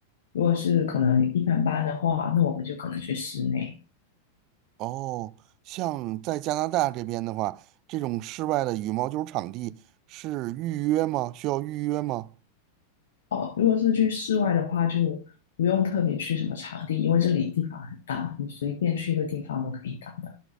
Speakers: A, on the left; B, on the right.
A: 如果是可能一般般的话，那我们就可能去室内。
B: 哦，像在加拿大这边的话，这种室外的羽毛球场地是预约吗？需要预约吗？
A: 哦，如果是去室外的话，就不用特别去什么场地，因为这里地方很大，你随便去一个地方都可以打的。